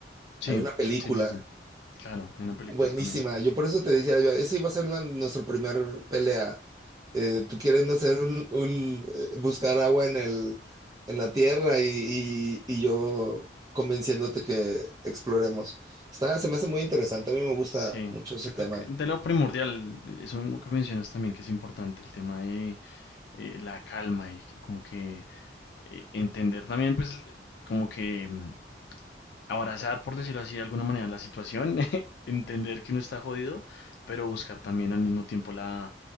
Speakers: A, on the left (about 65°); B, on the right (about 20°).
A: sí,
B: Hay una película
A: sí, sí, sí. Claro, en una película
B: buenísima.
A: también.
B: Yo por eso te decía, yo, esa iba a ser la- nuestra primera pelea. Eh, tú quieres hacer un, un, eh, buscar agua en el en la tierra y, y- y yo convenciéndote que exploremos. Está, se me hace muy interesante. A mí me gusta
A: Sí,
B: mucho ese
A: yo
B: tema.
A: creo que de lo primordial, eso mismo que mencionas también, que es importante, el tema de eh, la calma y como que eh, entender también, pues, como que mm, abrazar, por decirlo así, de alguna manera, la situación, <laughs> entender que uno está jodido, pero buscar también al mismo tiempo la,